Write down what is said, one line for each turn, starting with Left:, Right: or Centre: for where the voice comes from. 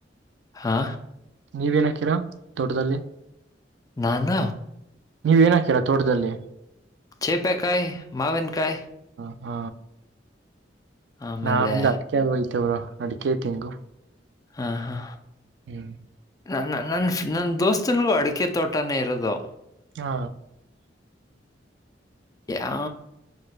Left: ಹಾ
Right: ನೀವೇನ ಹಕೀರಾ ತೋಟದಲ್ಲಿ
Left: ನಾನ
Right: ನೀವ್ ಏನ್ ಹಾಕೀರ ತೋಟದಲ್ಲಿ
Left: ಚೆಪೆ ಕಾಯ್ ಮಾವನ್ ಕಾಯ
Right: ಹ್ಮ
Left: ಆಮೇಲೆ
Right: ನಮ್ದ್ ಅಡ್ಕ ಹೋಯ್ತವ್ರ ಅಡ್ಕೆತಿಂಗು
Left: ಹಾ ಹಾ
Right: ಹ್ಮ್
Left: ನನ್ನ ನನ್ನ ದೋಸ್ತನಿಗೂ ಅಡಿಕೆ ತೋಟನೇ ಇರೋದು
Right: ಹಾ
Left: ಆ